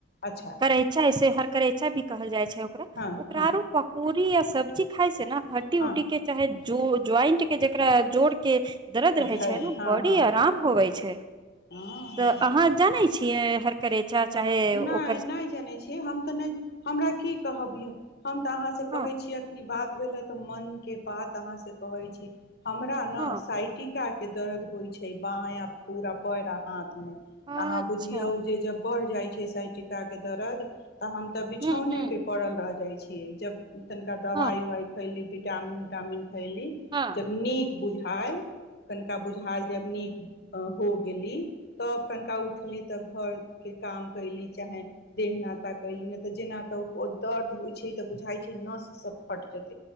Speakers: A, on the left; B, on the right.
A: अच्छा
B: करै छै से हर करैचा भी कहल जाइ छै है ओकरा
A: हँ
B: ओकरा
A: हँ
B: आरो पकोड़ प्री य सब्जी खाइ से ने हड्डी
A: हँ
B: उड्डी के चाहे जोड़ ज्वाइंट के जेकरा जोड़ के दर्द रहै
A: हइ
B: छै ने
A: हँ
B: बॉडी
A: हँ
B: आराम होवै छै
A: हँ
B: तऽ अहाँ जानै छियै हर करैत अचा चाहे
A: नहि
B: ओ
A: नहि जै छी हम त नै हमरा की कहब बभीए हम तऽ अहाँ से कहै
B: हँ
A: छीयै अखनी बात भेले तऽ मन के बात अहाँ से कहै छी हमरा ने
B: हँ
A: साइटि हिनका आर के दर्द होइ छै बायय पूरा पैर हाथ तऽ
B: अच्छा
A: अहाँ बुझियौ जे जब बढ़ जाइ छै साइटीका कें दर्द तऽ हम तऽ बिछौने
B: हूँ हूँ
A: पे पड़ल रह जाय छी जब तनिका दवाइ
B: हँ
A: उवाइ खैली टामिन बिटामिन खैली
B: हँ
A: जब नीक बुझायल कनिका बुझायल जब नीक हो गेली तब कनिका उठली तऽ घरके काम कयली चाहे देह नताा कयली ने तऽ जेना तऽ दर्द होइ छै तऽ बुझाय छै नस सब फट जेते